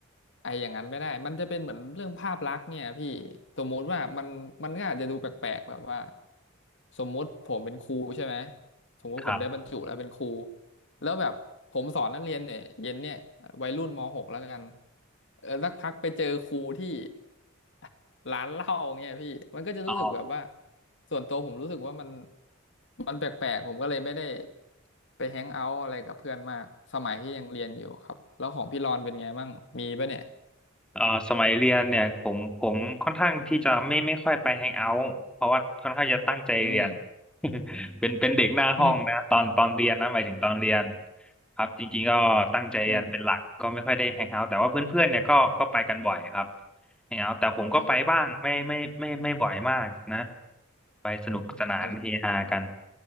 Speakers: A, on the left; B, in the centre.
A: ไอ้อย่างนั้นไม่ได้มันจะเป็นเหมือนเรื่องภาพลักษณ์เนี่ยพี่สมมุติว่ามันมันก็อาจจะดูแปลกๆแบบว่าสมมุติผมเป็นครูใช่ไหมสมมุติผมได้บรรจุแล้วเป็นครู
B: ครับ
A: แล้วแบบผมสอนนักเรียนเนี่ยเย็นเนี่ยวัยรุ่นม .6 แล้วกันเออสักพักไปเจอครูที่ <laughs> ร้านเหล้าเงี้ยพี่มันก็จะรู้สึกแบบว่า
B: อ๋อ
A: ส่วนตัวผมรู้สึกว่ามันมันแปลกๆผมก็เลยไม่ได้ไปแฮงเอาท์อะไรกับเพื่อนมากสมัยที่ยังเรียนอยู่ครับแล้วของพี่รอนเป็นไงบ้างมีปะเนี่ย
B: เอ่อสมัยเรียนเนี่ยผมผมค่อนข้างที่จะไม่ไม่ค่อยไปแฮงเอาท์เพราะว่าค่อนข้างจะตั้งใจเรียน
A: อืม
B: <laughs> เป็นเป็นเด็กหน้าห้องนะตอนตอนเรียนนะหมายถึงตอนเรียน
A: อืม
B: ครับจริงๆก็ตั้งใจเรียนเป็นหลักก็ไม่ค่อยได้แฮงเอาท์แต่ว่าเพื่อนๆเนี่ยก็ก็ไปกันบ่อยครับ
A: <laughs> อืม
B: แฮงเอาท์แต่ผมก็ไปบ้างไม่ไม่ไม่ไม่บ่อยมากนะ
A: อ๋อ
B: ไปสนุกสนานเฮฮากัน
A: อืมเขาเลย